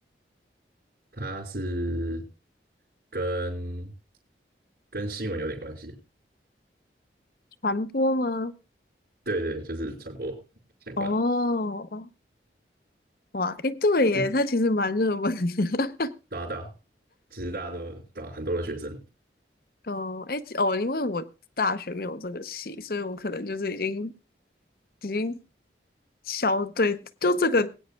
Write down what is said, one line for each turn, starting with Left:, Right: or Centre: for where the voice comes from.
Right: 它是跟跟新闻有点关系。
Left: 传播吗？
Right: 对对，就是传播相关的。
Left: 哦，哇，诶，对耶，
Right: 这么，
Left: 它其实蛮热门的。
Right: 对啊对啊，其实大家都对啊，很多的学生，
Left: <laughs> 哦，诶，哦，因为我大学没有这个系，所以我可能就是已经已经消，对，就这个